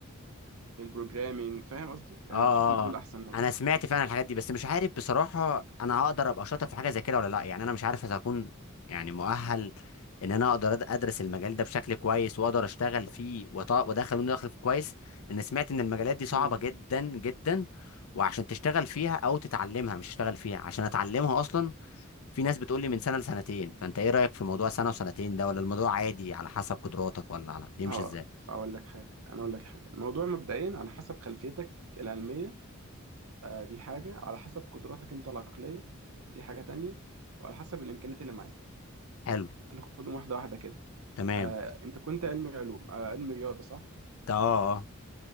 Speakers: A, on the right; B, on the left.
A: في البروجرامينج فاهم قصدي يعني
B: اه اه
A: بشوف ان دول
B: اه
A: احسن ناس
B: انا سمعت فعلا الحاجات دي بس مش عارف بصراحه انا هقدر ابقى شاطر في حاجه زي كده ولا لا يعني انا مش عارف اذا هكون يعني مؤهل ان انا اقدر أد- ادرس المجال ده بشكل كويس واقدر اشتغل فيه وط- وادخل منه دخل كويس لان سمعت ان المجالات دي صعبه
A: امم
B: جدا جدا وعشان تشتغل فيها او تتعلمها مش تشتغل فيها عشان اتعلمها اصلا في ناس بتقول لي من سنه لسنتين فانت ايه رايك في موضوع سنه وسنتين ده ولا الموضوع عادي على حسب قدراتك ولا على بيمشي
A: اه
B: ازاي
A: اقول لك حاجة انا اقول لك حاجة الموضوع مبدئيا على حسب خلفيتك العلمية آه، دي حاجة على حسب قدراتك أنت العقلية دي حاجة تانية وعلى حسب الإمكانيات اللي معاك
B: حلو
A: ممكن ناخدهم واحدة واحدة كده
B: تمام
A: آه، أنت كنت علمي علوم آه، علمي رياضة صح؟
B: اه اه